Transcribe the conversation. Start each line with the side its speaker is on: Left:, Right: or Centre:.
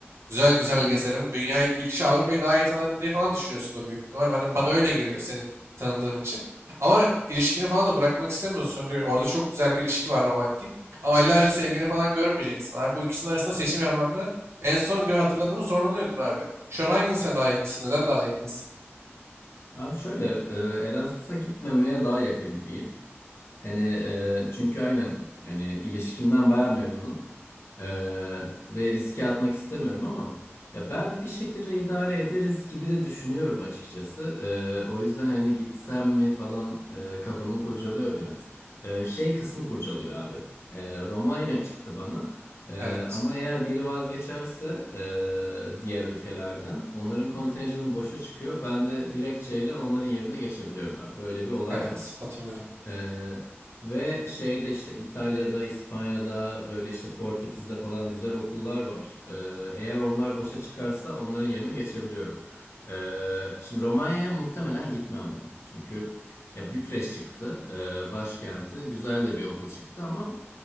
Right: Güzel güzel
Left: Hı.
Right: gezerim. Dünyayı, ülke, Avrupa'yı daha iyi tanırım diye falan düşünüyorsundur büyük ihtimal. Bana, bana öyle geliyor seni tanıdığım için. Ama ilişkini falan da bırakmak istemiyorsun. Çünkü orada çok güzel bir ilişki var romantik. Ama aylarca sevgilini falan görmeyeceksin abi. Bu ikisinin arasında seçim yapmakta en son gö- hatırladığımı zorlanıyordun abi. Şu an hangisine daha yakınsın? Neden daha yakınsın?
Left: Abi şöyle e, Erasmus'a gitmemeye daha yakın gibiyim. Hani e, çünkü aynen yani ilişkimden baya memnunum. E, ve riske atmak istemiyorum ama ya ben bir şekilde idare ederiz gibi de düşünüyorum açıkçası. E, o yüzden hani gitsem mi falan e, kafamı kurcalıyor biraz. E, şey kısmı kurcalıyor abi. E, Romanya çıktı bana. E,
Right: Evet.
Left: ama eğer biri vazgeçerse e, diğer ülkelerden onların kontenjanı boşa çıkıyor. Ben de dilekçeyle onların yerine geçebiliyorum abi. Böyle bir olay
Right: Evet.
Left: var.
Right: Hatırlıyorum.
Left: Ee, ve şeyde işte İtalya'da, İspanya'da böyle işte Portekiz'de falan güzel okullar var. Ee, eğer onlar boşa çıkarsa onların yerine geçebiliyorum. Ee, şimdi Romanya'ya muhtemelen gitmem ben. Çünkü ya Bükreş çıktı, e, başkenti. Güzel de bir okul çıktı ama